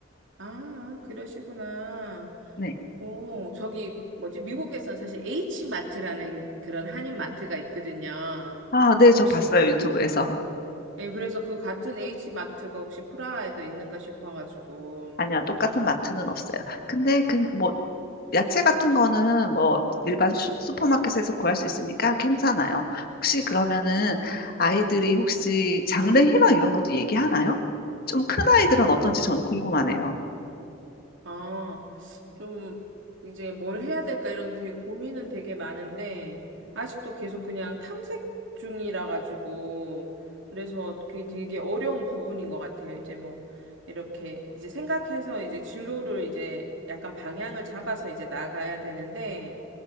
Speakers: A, on the right (about 65°); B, on the left (about 45°).
A: 아, 그러시구나.
B: 네.
A: 오, 저기, 뭐지, 미국에선 사실 H마트라는 그런 한인 마트가 있거든요.
B: 아, 네, 저
A: 혹시,
B: 봤어요. 유튜브에서. <laughs>
A: 예, 그래서 그 같은 H마트가 혹시 프라하에도 있는가 싶어가지고.
B: 아니야, 똑같은 마트는 없어요. 근데 그, 뭐, 야채 같은 거는 뭐 일반 슈, 슈퍼마켓에서 구할 수 있으니까 괜찮아요. 혹시 그러면은 아이들이 혹시 장래 희망 이런 것도 얘기하나요? 좀 큰 아이들은 어떤지 저는 궁금하네요.
A: 아, 좀 이제 뭘 해야 될까 이런 되게 고민은 되게 많은데 아직도 계속 그냥 탐색 중이라 가지고 그래서 그게 되게 어려운 부분인 것 같아요. 이제 뭐 이렇게 이제 생각해서 이제 진로를 이제 약간 방향을 잡아서 이제 나가야 되는데